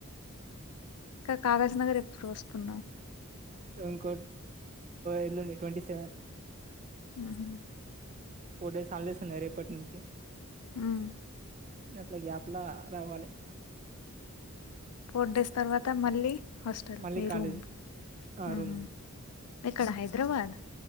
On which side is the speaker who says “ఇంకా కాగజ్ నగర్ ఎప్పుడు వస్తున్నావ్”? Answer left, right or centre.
Left